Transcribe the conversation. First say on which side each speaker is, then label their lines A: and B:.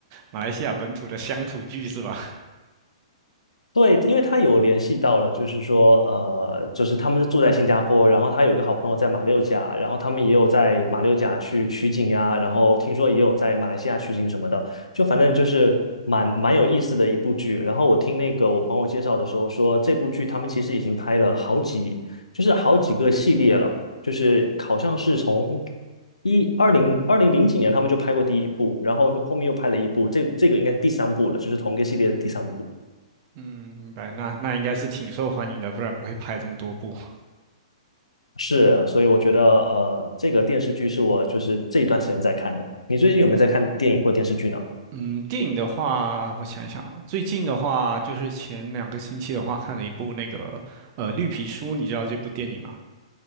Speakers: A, on the right; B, on the left.
A: 马来西亚本土的乡土剧是吧？
B: 对，因为他有联系到了，就是说，呃，就是他们是住在新加坡，然后他有一个好朋友在马六甲，然后他们也有在马六甲去取景呀，然后听说也有在马来西亚取景什么的，就反正就是蛮蛮有意思的一部剧。然后我听那个我朋友介绍的时候说，这部剧他们其实已经拍了好几，就是好几个系列了，就是好像是从一二零二零零几年他们就拍过第一部，然后后面又拍了一部，这这个应该是第三部了，就是同一个系列的第三部。
A: 嗯，明白，那那应该是挺受欢迎的，不然不会拍这么多部。
B: 是，所以我觉得呃，这个电视剧是我就是这一段时间在看的。你最近有没有在看电影或电视剧呢？
A: 嗯，电影的话，我想一想啊最近的话就是前两个星期的话，看了一部那个呃《绿皮书》，你知道这部电影吗？